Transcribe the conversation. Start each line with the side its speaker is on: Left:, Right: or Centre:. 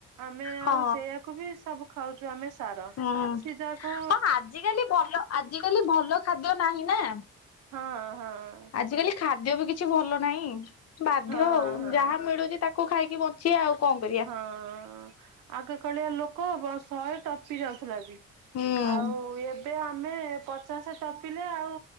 Right: ଆମେ
Left: ହଁ
Right: ଆଉ ସେଇଆାକୁ ବି ସବୁ ଖାଉଛୁ ଆମେ ସାର।
Left: ହୁଁ,
Right: ସିଝାକୁ
Left: ହଁ ଆଜିିକାଲି ଭଲ ଆଜିିକାଲି ଭଲ ଖାଦ୍ୟ ନାହିଁ ନା।
Right: ହଁ, ହଁ।
Left: ଆଜିକାଲି ଖାଦ୍ୟ ବି କିଛି ଭଲ ନାହିଁ। ବାଧ୍ୟ
Right: ହଁ
Left: ହଉ
Right: ହଁ।
Left: ଯାହା ମିଳୁଛି ତାକୁ ଖାଇକି ବ ସିଏ ଆଉ କଣ କରିବେ?
Right: ହଁ, ଆଗେ କଳିଆ ଲୋକ ଶହେ ଟପି ଯାଉଥିଲା ବି
Left: ହୁଁ
Right: ଆଉ ଇଏ ଏବେ ଆମେ ପଚାଶ ଟପିଲେ ଆଉ